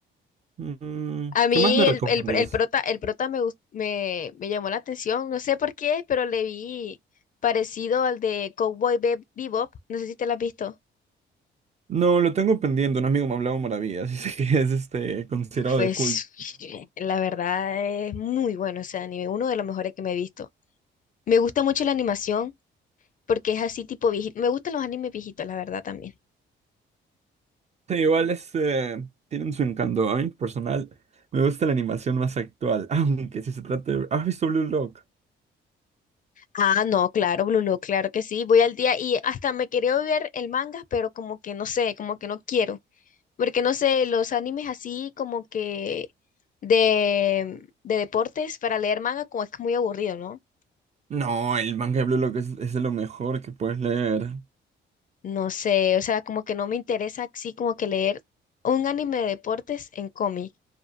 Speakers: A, on the right (about 35°); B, on the left (about 40°).
A: Mm,
B: A mí
A: ¿qué más me recomiendas?
B: el, el, el prota, el prota me, gust- me, me llamó la atención, no sé por qué, pero le vi parecido al de Cowboy Be- Bebop, no sé si te lo has visto.
A: No, lo tengo pendiente. Un amigo me ha hablado maravillas, <laughs> dice que es este considerado
B: Pues
A: de culto.
B: la verdad es muy bueno ese anime, uno de los mejores que me he visto. Me gusta mucho la animación porque es así tipo viejito. Me gustan los animes viejitos, la verdad también.
A: Sí, igual este tienen su encanto. A mí, personal, me gusta la animación más actual, <laughs> aunque si se trata de, ¿has visto Blue Lock?
B: Ah, no, claro, Blue Lock, claro que sí. Voy al día y hasta me quería ver el manga, pero como que no sé, como que no quiero. Porque no sé, los animes así como que de, de deportes para leer manga como es que muy aburrido, ¿no?
A: No, el manga de Blue Lock es, es de lo mejor que puedes leer.
B: No sé, o sea, como que no me interesa así como que leer un anime de deportes en cómic,